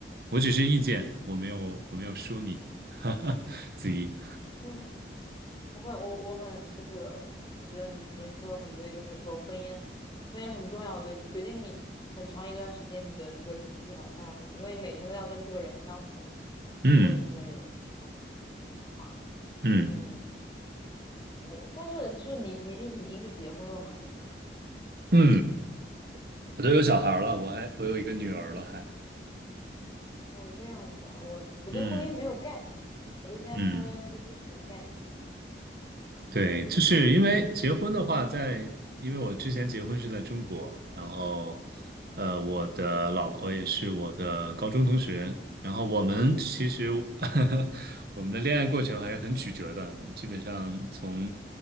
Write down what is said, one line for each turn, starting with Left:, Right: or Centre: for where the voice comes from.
Right: 我只是意见，我没有，我没有说你，<laughs> 哈哈，子怡，
Left: 嗯我很我我很就是，我觉得您您说的很对，就是说婚姻，婚姻很重要，对你决定你很长一段时间你的这个情绪好坏呀，或者因为每天都要跟这个人相处嘛。
Right: 嗯
Left: 如果你真的有有婚婚姻的话，
Right: 嗯
Left: 嗯，对。但是就是你你已经是结婚了吗？现在？
Right: 嗯，我都有小孩了，我还我有一个女儿了还，
Left: 哦，这样子啊，我我对婚姻没有概念，
Right: 嗯
Left: 我对现在婚姻就确实没概念。
Right: 嗯。对，就是因为结婚的话在，因为我之前结婚是在中国，然后呃，我的老婆也是我的高中同学，然后我们其实 <laughs> 我们的恋爱过程还是很曲折的，基本上从